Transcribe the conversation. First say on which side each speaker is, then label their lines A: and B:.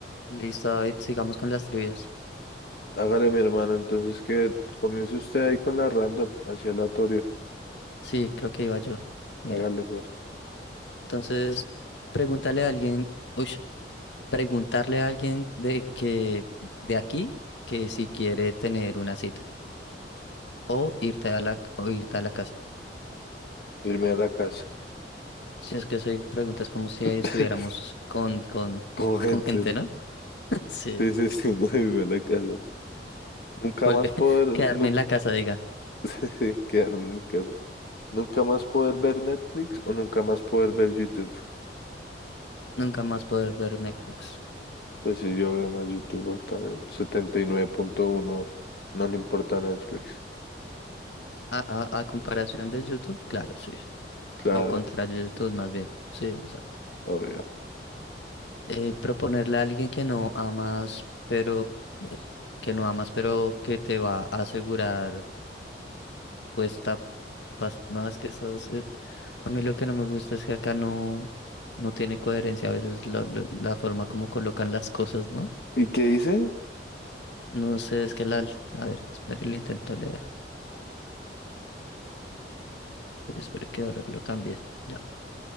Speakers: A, on the left; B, on the left.
A: Listo, David, sigamos con las trivias.
B: Hágale, mi hermano, entonces que comience usted ahí con la random, hacia aleatorio.
A: Sí, creo que iba yo. Mira,
B: Hágale, pero
A: entonces, pregúntale a alguien, uy, preguntarle a alguien de que de aquí que si quiere tener una cita o irte a la o irte a la casa.
B: irme a la casa.
A: Si es que soy preguntas como si estuviéramos
B: <laughs>
A: con con
B: Con gente.
A: con gente, ¿no? <laughs> Sí.
B: Sí, sí, sí, <laughs> no irme a la casa. Nunca
A: Vuelve,
B: más poder,
A: <laughs> quedarme
B: nu
A: en la casa, diga.
B: <laughs> quedarme en mi casa. Nunca más poder ver Netflix o nunca más poder ver YouTube.
A: Nunca más poder ver Netflix.
B: Pues sí, yo veo más YouTube también. setenta y nueve punto uno, No le importa Netflix.
A: A, a, a comparación de YouTube, claro, sí.
B: Claro,
A: O contra YouTube más bien. Sí, exacto.
B: obvio.
A: eh, proponerle a alguien que no amas, pero ugh, que no amas, pero que te va a asegurar puesta pas- no es que esas eh, a mí lo que no me gusta es que acá no no tiene coherencia a veces la la- la forma como colocan las cosas, ¿no?
B: ¿Y qué dice?
A: No sé, es que la a ver, espere, lo intento leer. Uy, espere que ahora lo cambie. Ya.